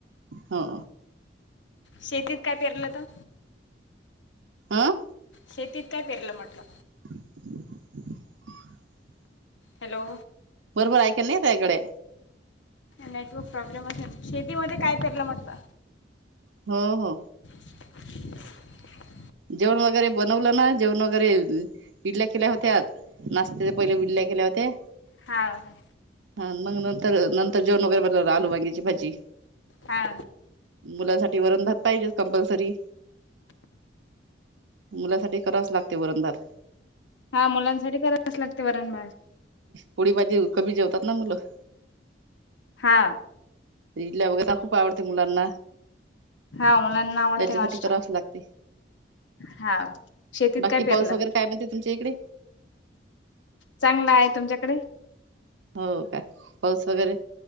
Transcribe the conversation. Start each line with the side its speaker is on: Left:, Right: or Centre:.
Right: हो.
Left: शेतीत काय पिरलं त.
Right: आं.
Left: शेतीत काय परल म्हटलं.
Right: <inaudible>
Left: हॅलो
Right: बरोबर ऐकाला नाय येत त्या इकडे
Left: नेटवर्क प्रॉब्लेम असेनं शेतीमध्ये काय पेरलं म्हटलं.
Right: हो हो
Left: <inaudible>
Right: जेवण वगैरे बनवलं ना जेवण वगैरे इ इडल्या केल्या होत्या नाशत्याच्या पहिले इडल्या केल्या होत्या.
Left: हाव काय.
Right: हा मग नंतर नंतर जेवण वगैरे बनवल आलू वांग्याची भाजी.
Left: हा
Right: मुलासाठी वरण भात पाहिजेचं कंपल्सरी. मुलासाठी करावच लागत वरण भात.
Left: हा मुलांसाठी कराच लागतय वरण भात.
Right: पोळी भाजी कमी जेवतात ना मुलं.
Left: हा
Right: ते इडल्या वगैर त्या खूप आवडते मुलांना
Left: हा मुलांना आवडते
Right: त्यांच्यासाठी
Left: नाश्ता.
Right: करावच लागते.
Left: हाव शेतीत
Right: बाकी
Left: काय पेरलं?
Right: पाऊस वगैरे काय म्हणते तुमच्या इकडे
Left: चांगला आहे तुमच्याकडे
Right: हो का पाऊस वगैरे